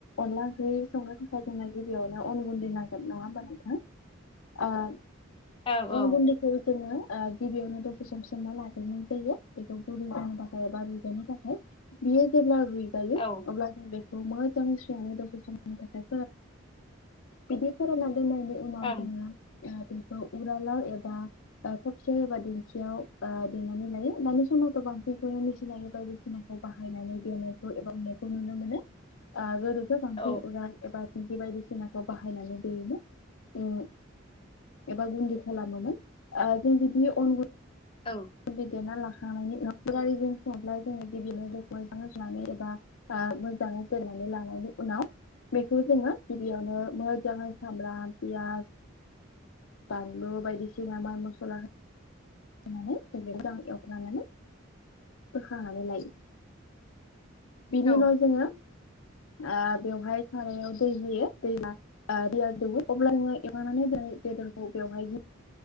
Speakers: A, on the left; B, on the left.
A: अनला ओंख्रि संनो थाखाय जोंना‌ गिबि अन‌ गुनदै नांगोन नंङा होनबा नोंथां ओ‌
B: औ
A: अन‌
B: औ
A: गुन्दैखौ जोंङो ओ गिबियावनो दसे सम सोमना लाग्रोनाय जायो बेखौ गुरुं जानो थाखाय एबा रुुइहोनो थाखाय बियो जेब्ला र‌इगायो
B: औ
A: अमा दाव संङो <unintelligible> थैनामनि उनाव
B: ओं
A: जोंहा बेखौ उरालाव एबा ओ थबसे एबा दिखियाव ओ देनानै लायो दानि समाव खुनु गोबांसिनखौनो मिनथिनानै बायदिसिनाखौ बाहायनानै देनायखौ एबा मेनायखौ नुनो मोनो ओ गोदोथ बांसिन
B: औ
A: उरान एबा दिंखि बायदिसिनाखौ बाहायनानै दैयोमोन उं एबा गुन्दै खालामोमोन ओ जों जुदि अन गुन
B: औ
A: गुन्दै देना ला <unintelligible> सुंङोब्ला जोंङो गिबिनो दैखौ मोजाङै सुनानै एबा ओ मोजांयै दोननानै लानायनि उनाव बेखौ जोंङो गिबियावनो मोजांङै सामब्राम पियास बानलु बायदिसिना माल मसला होनानै बेखौ मोजां एवफ्रामनानै बोखांनानै लायो बिनि
B: औ
A: उनाव जोंङो ओ बेवहाय सारायाव दै होयो दैया ओ जौबो अब्ला नोंङो एवनानै बेदरखौ बेवहाय